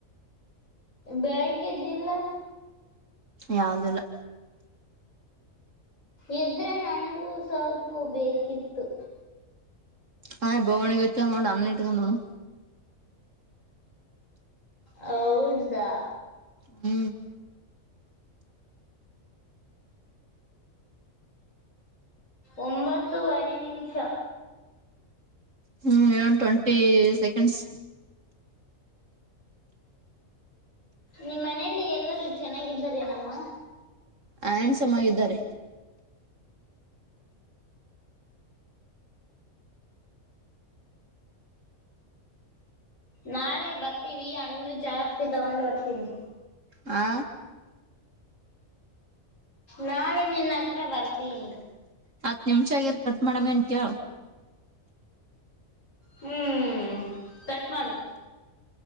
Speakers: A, on the left; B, on the right.
A: ಬೆಳಿಗ್ಗೆ ಜಿಲ್ಲಾ
B: ಯಾವ್ದಲ್ಲ
A: ಇದ್ರೆ ನನಗೂ ಸ್ವಲ್ಪು ಬೇಕಿತ್ತು
B: ಹಾಯ್ ಬೋಘನ್ಯಾಗ ಹಾಕೆನಿ ನೋಡು ಅನ್ನ ಇಟಗಂಡ್ ಉಣು
A: ಹೌದಾ
B: ಹ್ಮ್
A: ಒಂಬತ್ತೂವರೆ ನಿಮಿಷ
B: ಹ್ಮ್ ಇನ್ನೊಂದ್ ಟ್ವೆಂಟಿ ಸೆಕೆಂಡ್ಸ್
A: ನಿಮ್ಮ ಮನೇಯಲ್ಲಿ ಎಲ್ಲರೂ ಚೆನ್ನಾಗಿದ್ದಾರೆ ನಮ್ಮ
B: ಹ್ಯಾಂಡ್ಸಮಾಗಿದರೆ
A: ನಾಳೆ ಬರ್ತೀವಿ ಹಣ್ಣು ಜಾಸ್ತಿ ತಗೊಂಡ್ ಬರ್ತೀನಿ
B: ಹಾ
A: ನಾಳೆ ನಿನ್ನ ಹತ್ರ ಬರ್ತೀನಿ
B: ಹತ್ತು ನಿಮಿಷ ಆಗತೆ ಕಟ್ ಮಾಡಮ್ ಏನ್ ಕೇಳ
A: ಹ್ಮ್ ಕಟ್ ಮಾಡು